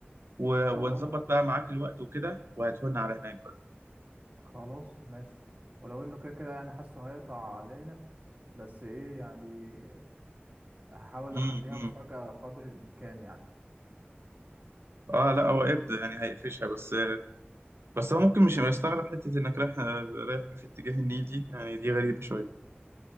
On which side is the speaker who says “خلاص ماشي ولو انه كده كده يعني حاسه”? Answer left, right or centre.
Right